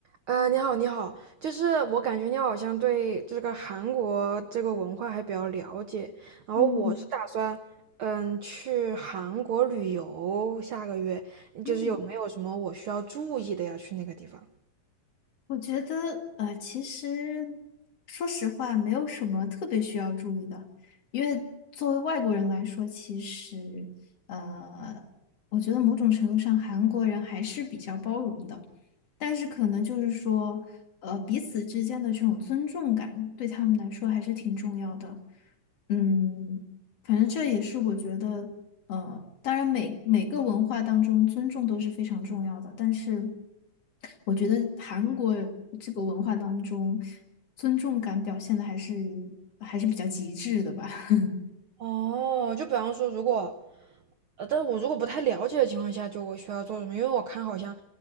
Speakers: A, on the right; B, on the left.
A: 呃，你好，你好，就是我感觉你好像对这个韩国这个文化还比较了解，然后我是打算，
B: 嗯
A: 嗯，去韩国旅游，下个月，
B: 嗯，
A: 就是有没有什么我需要注意的呀？去那个地方？
B: 我觉得呃，其实说实话，没有什么特别需要注意的，因为作为外国人来说，其实呃，我觉得某种程度上韩国人还是比较包容的，但是可能就是说，呃，彼此之间的这种尊重感，对他们来说还是挺重要的。嗯，反正这也是我觉得，呃，当然每每个文化当中尊重都是非常重要的，但是我觉得韩国这个文化当中，尊重感表现的还是还是比较极致的吧。<laughs>
A: 哦，就比方说，如果，呃，但我如果不太了解的情况下，就我需要做什么？因为我看好像，